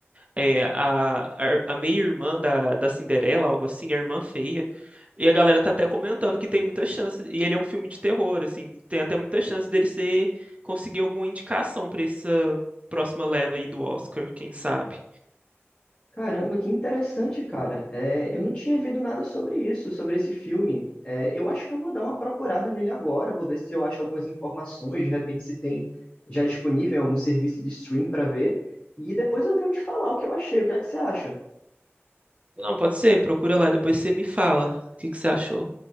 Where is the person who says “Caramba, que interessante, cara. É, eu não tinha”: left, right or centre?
Left